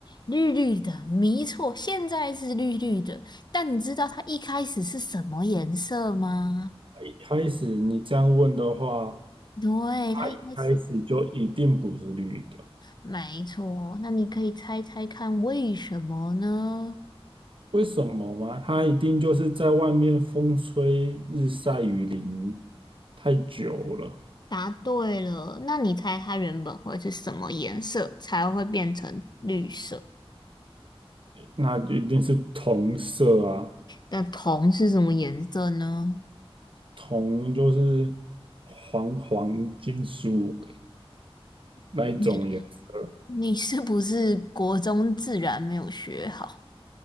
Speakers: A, on the left; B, on the right.
A: 绿绿的，没错，现在是绿绿的，但你知道它一开始是什么颜色吗？
B: 一开始你这样问的话，
A: 对，
B: 它一开始就一定不是绿的，
A: 它一开始。没错，那你可以猜猜看为什么呢？
B: 为什么吗？它一定就是在外面风吹日晒雨淋太久了，
A: 答对了，那你猜它原本会是什么颜色才会变成绿色？
B: 那一定是铜色啊，
A: 那铜是什么颜色呢？
B: 铜就是黄黄金属。那一种颜色？
A: 你你是不是国中自然没有学好？